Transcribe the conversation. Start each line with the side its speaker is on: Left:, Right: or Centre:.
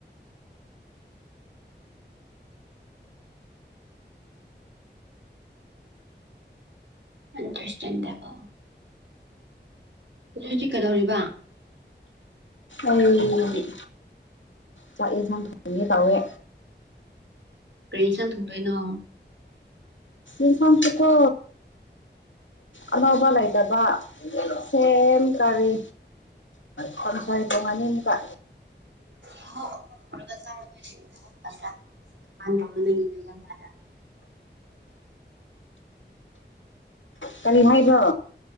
Right: ꯅꯪ ꯈ꯭ꯔꯤꯁꯇꯥꯟꯗꯀꯣ <unintelligible> ꯍꯧꯖꯤꯛ ꯍꯧꯖꯤꯛ ꯀꯩꯗꯧꯔꯤꯕ
Left: ꯑꯩ ꯆꯥꯛ ꯌꯦꯟꯁꯥꯡ ꯊꯣꯡꯒꯦ ꯇꯧꯋꯦ
Right: ꯀꯔꯤ ꯌꯦꯟꯁꯥꯡ ꯊꯣꯡꯗꯣꯏꯅꯣ
Left: ꯏꯁꯥꯟꯁꯤꯀꯣ ꯑꯅꯧꯕ ꯂꯩꯇꯕ ꯁꯦꯝ ꯀꯥꯔꯤ ꯀꯥꯡꯁꯣꯏ ꯊꯣꯡꯉꯅꯤ ꯑꯃꯨꯛꯀ
Right: ꯑꯍꯥꯎ ꯑꯊꯔꯒ <unintelligible> ꯆꯥꯔꯒꯔꯅꯤꯅ <unintelligible> ꯌꯥꯝ ꯐꯥꯗ꯭ꯔꯥ ꯃ ꯐꯕ ꯂꯩꯌꯦꯅ ꯌꯥꯝ ꯐꯗ꯭ꯔꯥ
Left: ꯀꯔꯤ ꯍꯥꯏꯕ꯭ꯔꯣ